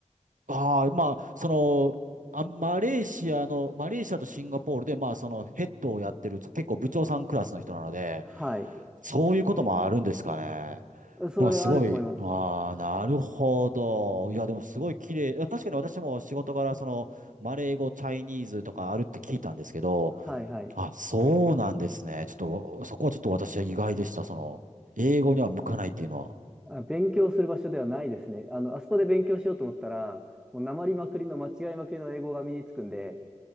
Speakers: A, on the right; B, in the centre.
A: ああ、まあ、その、あ、マレーシアの、マレーシアとシンガポールで、まあ、そのヘッドをやってる、結構部長さんクラスの人なので、
B: はい。
A: そういうこともあるんですかね。
B: それはあると思います。
A: なんかすごい、ああ、なるほど。いや、でもすごい綺麗。いや確かに私も仕事柄、その、マレー語、チャイニーズとかあるって聞いたんですけど、
B: はい、はい。
A: あ、そうなんですね。ちょっと、そこはちょっと私は意外でした。その、英語には向かないっていうのは。
B: あ、勉強する場所ではないですね。あの、あそこで勉強しようと思ったら、もうなまりまくりの間違いまくりの英語が身につくんで、